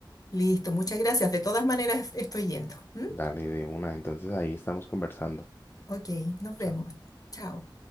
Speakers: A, on the left (about 45°); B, on the left (about 25°).
A: Listo, muchas gracias. De todas maneras, estoy yendo. ¿m?
B: dale de una. Entonces ahí estamos conversando.
A: Ok, nos
B: Chao.
A: vemos. Chao.